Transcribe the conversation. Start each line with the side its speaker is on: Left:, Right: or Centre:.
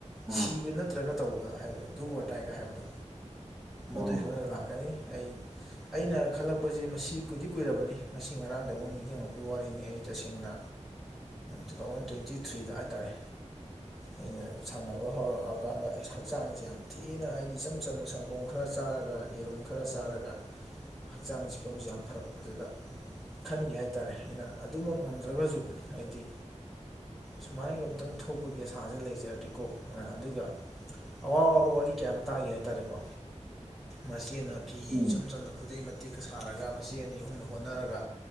Right: ꯑꯥ
Centre: ꯁꯤꯕ ꯅꯠꯇ꯭ꯔꯒ ꯇꯧꯕ ꯍꯥꯏꯕꯗꯣ ꯗꯨ ꯑꯣꯏꯔꯗꯥꯏꯒ ꯍꯥꯏꯕꯗꯣ
Right: ꯑꯥ
Centre: ꯃꯗꯨꯏꯁꯨ ꯑꯩꯅ ꯂꯥꯛꯀꯅꯤ ꯑꯩ ꯑꯩꯅ ꯈꯜꯂꯛꯄꯁ ꯃꯁꯤ ꯀꯨꯏꯗꯤ ꯀꯨꯏꯔꯕꯅꯤ ꯉꯁꯤ ꯉꯔꯥꯡꯗ ꯑꯃꯨꯛ ꯅꯤꯡꯁꯤꯡꯉꯛꯄꯒꯤ ꯋꯥꯔꯤꯅꯤ ꯑꯩ ꯇꯁꯦꯡꯅ ꯇꯨ ꯗꯥꯎꯖꯟ ꯇꯨ꯭ꯋꯦꯟꯇꯤ ꯊ꯭ꯔꯤꯗ ꯍꯥꯏ ꯇꯥꯔꯦ ꯑꯩꯅ ꯁꯥꯅ ꯐ ꯍꯧꯔꯛꯑꯀꯥꯟꯗ ꯑꯩ ꯍꯛꯆꯥꯡꯁꯦ ꯌꯥꯝ ꯊꯤꯅ ꯑꯩꯒꯤ ꯏꯆꯝ ꯆꯝꯅ ꯁꯪꯒꯣꯝ ꯈꯔ ꯆꯥꯔꯒ ꯌꯦꯔꯨꯝ ꯈꯔ ꯆꯥꯔꯒ ꯍꯛꯆꯥꯡ ꯁꯤ ꯐꯤꯕꯝꯁꯤ ꯌꯥꯝ ꯐꯔꯛꯄꯗꯨꯗ ꯈꯟꯒꯦ ꯍꯥꯏꯇꯥꯔꯦ ꯑꯩꯅ ꯑꯗꯨꯃꯛ ꯉꯝꯗ꯭ꯔꯒꯁꯨ ꯍꯥꯏꯗꯤ ꯁꯨꯃꯥꯏꯅꯒ ꯑꯝꯨꯛꯇꯪ ꯊꯣꯛꯄꯒꯤ ꯑꯁꯥꯥꯁꯦ ꯂꯩꯖꯔꯗꯤ ꯀꯣ ꯑꯗꯨꯒ ꯑꯋꯥ ꯑꯋꯥꯕ ꯋꯥꯔꯤ ꯀꯌꯥ ꯇꯥꯒꯦ ꯍꯥꯏꯇꯥꯔꯦꯀꯣ ꯃꯆꯦꯅ ꯐꯤ
Right: ꯎꯝ
Centre: ꯏꯆꯝ ꯆꯝꯅ ꯈꯨꯗꯩ ꯃꯇꯦꯛꯀ ꯁꯥꯔꯒ ꯃꯆꯦ ꯑꯅꯤ ꯑꯍꯨꯝꯅ ꯍꯣꯠꯅꯔꯒ